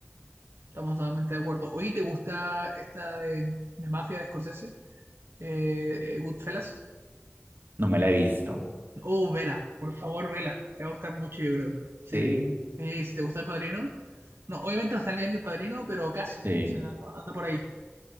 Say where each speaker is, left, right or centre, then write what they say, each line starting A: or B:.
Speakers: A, on the right (about 75°); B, on the right (about 55°).
A: Estamos totalmente de acuerdo. Oye, ¿te gusta esta de, de Mafia de Scorsese? Eh, eh, Goodfellas.
B: No me la he visto.
A: Oh, vela. Por favor, vela. Te va a gustar mucho, yo creo. Sí,
B: Sí,
A: sí, si te gusta El Padrino. No, obviamente no está al nivel del Padrino, pero casi.
B: sí,
A: O sea, anda por ahí.